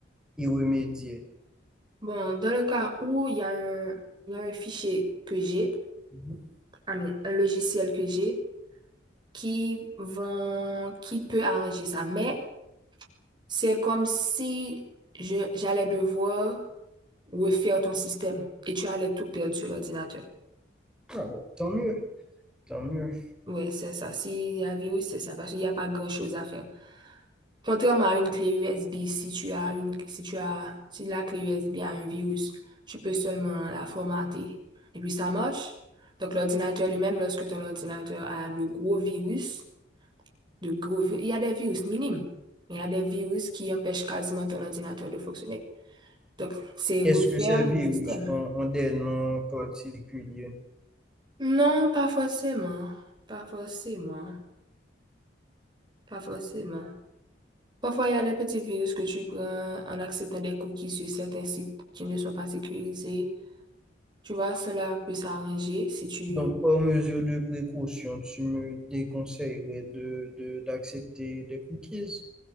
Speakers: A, in the centre; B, on the right.
A: y remédier?
B: Bon, dans le cas où il y a un, il y a un fichier que j'ai,
A: Mhm.
B: ah, mais un logiciel que j'ai, qui vont, qui peut arranger ça, mais C'est comme si je, j'allais devoir refaire ton système et tu allais tout perdre sur l'ordinateur.
A: Ah bon, tant mieux, tant mieux.
B: Oui, c'est ça. S'il y a un virus, c'est ça, parce qu'il n'y a pas grand-chose à faire. Contrairement à une clé USB, si tu as une, si tu as, si la clé USB a un virus, tu peux seulement la formater. Et puis ça marche. Donc l'ordinateur lui-même, lorsque ton ordinateur a de gros virus, de gros, vi- il y a des virus minimes, mais il y a des virus qui empêchent quasiment ton ordinateur de fonctionner. Donc, c'est refaire
A: Est-ce que ces virus
B: le système.
A: ont, ont des noms particuliers?
B: Non, pas forcément. Pas forcément. Pas forcément. Parfois, il y a des petits virus que tu prends en acceptant des cookies sur certains sites qui ne sont pas sécurisés. Tu vois, cela peut s'arranger si tu...
A: Donc, par mesure de précaution, tu me déconseillerais de, de- d'accepter des cookies?